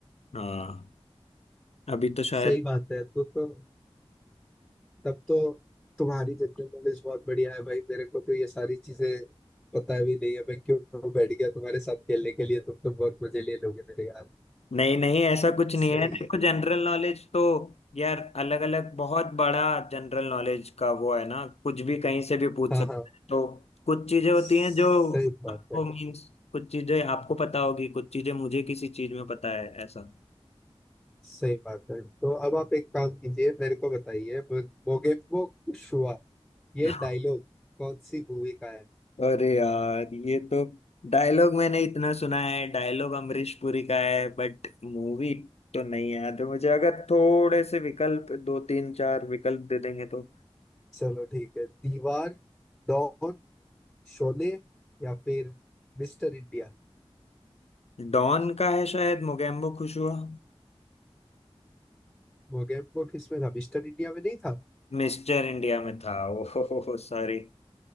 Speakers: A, on the left; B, in the centre.
A: हाँ अभी तो शायद
B: सही बात है तो तो तब तो तुम्हारी जनरल नॉलेज बहुत बढ़िया है भाई मेरे को तो ये सारी चीजें पता भी नहीं है मैं क्यों बैठ गया तुम्हारे साथ खेलने के लिए तुम तो बहुत मजे ले लोगे मेरे यार
A: नहीं नहीं ऐसा कुछ नहीं
B: सही
A: है देखो
B: है
A: जनरल नॉलेज तो यार अलग अलग बहुत बड़ा जनरल नॉलेज का वो है ना कुछ भी कहीं से भी पूछ
B: हाँ
A: सकते
B: हाँ
A: हैं तो कुछ चीजें होती
B: सही
A: हैं जो
B: बात
A: आपको
B: है
A: मीन्स कुछ चीजें आपको पता होगी कुछ चीजें मुझे किसी चीज में पता है ऐसा
B: सही बात है तो अब आप एक काम कीजिए मेरे को बताइए मो- मोगेम्बो खुश हुआ ये
A: <laughs>
B: डायलॉग कौन सी मूवी का है
A: अरे यार ये तो डायलॉग मैंने इतना सुना है डायलॉग अमरीश पुरी का है बट मूवी तो नहीं याद है मुझे अगर थोड़े से विकल्प दो तीन चार विकल्प दे देंगे तो
B: चलो ठीक है दीवार डॉन शोले या फिर मिस्टर इंडिया
A: डॉन का है शायद मोगेम्बो खुश हुआ
B: मोगेम्बो किसमें था मिस्टर इंडिया में नहीं था
A: मिस्टर इंडिया में था ओहो सॉरी